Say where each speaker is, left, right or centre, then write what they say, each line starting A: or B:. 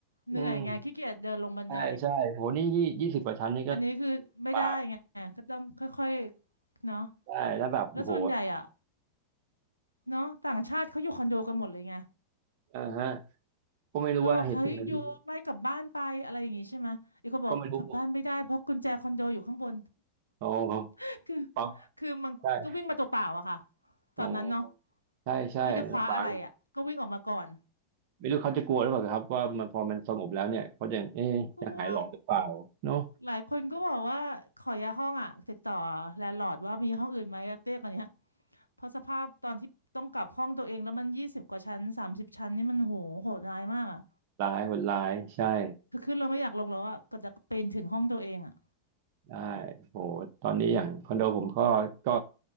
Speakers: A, on the left (about 85°); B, on the right (about 45°).
A: เหนื่อยไงขี้เกียจเดินลงบันได
B: อืมใช่ใช่โหนี่ยี่ยี่สิบกว่าชั้นนี่ก็
A: อันนี้คือไม่ได้ไงก็ต้องค่อยๆเนาะ
B: ปากได้แล้วแบบโห
A: แล้วส่วนใหญ่อะเนาะต่างชาติเขาอยู่คอนโดกันหมดเลยไง
B: อ่าฮะก็ไม่รู้ว่าเหตุการณ์นี้
A: เดี๋ยวแบบเฮ้ยอยู่ไล่กลับบ้านไปอะไรอย่างงี้ใช่ไหม อีกคนบอกว่ากลับบ้านไม่ได้เพราะกุญแจคอนโดอยู่ข้างบน
B: ก็ไม่รู้โอ้ฟัง
A: <laughs> คือคือมันก็วิ่งมาตัวเปล่าอะค่ะ
B: ใช่โอ้
A: ตอนนั้นเนาะ
B: ใช่ใช่ลำบากเลย
A: ไม่ได้คว้าอะไรอะก็วิ่งออกมาก่อน
B: ไม่รู้เขาจะกลัวหรือเปล่าครับว่ามันพอมันสงบแล้วเนี่ยเขาจะเอ๊ะจะหายหลอนหรือเปล่าเนาะ
A: กลัวหลายคนก็บอกว่าขอย้ายห้องอะติดต่อแลนด์ลอร์ดว่ามีห้องอื่นไหมอะเตี้ยกว่านี้เพราะสภาพตอนที่ต้องกลับห้องตัวเองแล้วมันยี่สิบกว่าชั้นสามสิบชั้นนี่มันโหโหดร้ายมากอะ
B: ร้ายโหดร้ายใช่
A: คือขึ้นเราไม่อยากลงแล้วอะก็จะปีนถึงห้องตัวเองอะ
B: ได้โหตอนนี้อย่างคอนโดผมก็ก็